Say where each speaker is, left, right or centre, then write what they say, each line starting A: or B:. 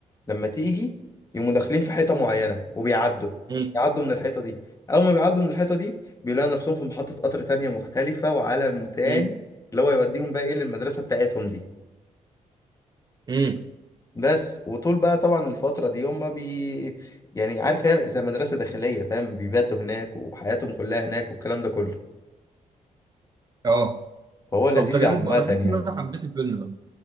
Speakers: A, on the left; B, on the right.
A: لما تيجي يقوموا داخلين في حيطة معينة وبيعدوا
B: امم
A: بيعدوا من الحيطة دي أول ما بيعدوا من الحيطة دي بيلاقوا نفسهم في محطة قطر تانية مختلفة وعالم تاني
B: امم
A: اللي هو يوديهم بقى إيه للمدرسة بتاعتهم دي
B: امم
A: بس وطول بقى طبعا الفترة دي هم بي يعني عارف هي زي مدرسة داخلية فاهم بيباتوا هناك وحياتهم كلها هناك والكلام ده كله
B: اه
A: فهو لذيذ
B: طب ده جامد
A: عامة
B: انا حاسس
A: يعني
B: ان انا حبيت الفيلم ده